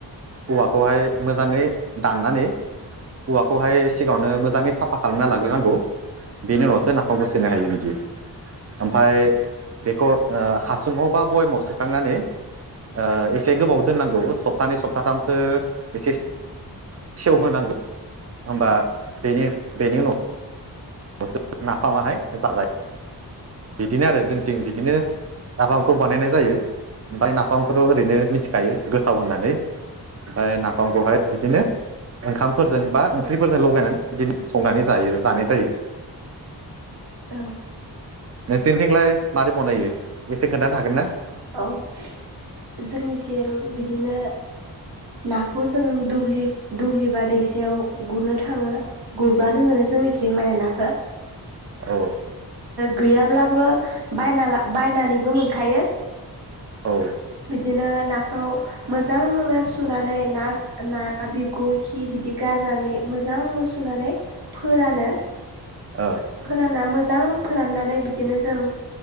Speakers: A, on the right; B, on the right.
A: औवाखौहाय मोजाङै दाननानै औवाखौहाय सिगाङावनो मोजाङै साफा खालामना लाग्रोनांगौ बेनि उनावस सो नाफामखौ सोनो हायो बिदि ओमफाय बेखौ ओ हासुङाव बा बयामाव सोखांनानै ओ एसे गोबाव दोननांगौ सप्तानै सप्ताथामसो एसेस सेवहोनांगौ होमबा बेनि बेनि उनाव आवसो नाफामाहाय जाजायो बिदिनो आरो जोंथिं बिदिनो नाफामखौ बानायनाय जायो ओमफाय नाफामखौथ' ओरैनो मिथिखायो गोथाव होनना नै ओमफाय नाफामखौहाय बिदिनो ओंखामफोरजों बा ओंख्रिफोरजों लगायनानै बिदिनो संनानै जायो जानाय जायो
B: औ
A: नोंसोरनिथिंलाय मारै बनायो एसे खोनथानो हागोन ना
B: औ जोंनिथिं बिदिनो नाखौ जों दुब्लिबा दैसेयाव गुरनो थाङो गुरबानो मोनो जोंनिथिं माने नाखो
A: औ औ
B: गैयाब्लाबो बायना बायनानैबो मोनखायो
A: औ
B: बिदिनो नाखौ मोजांनो सुनानै नास ना ना बिगुर खि बिदि गारनानै मोजांनो सुनानै फोरानो।
A: ओ
B: फोराना मोजां फोराननानै बिदिनो जों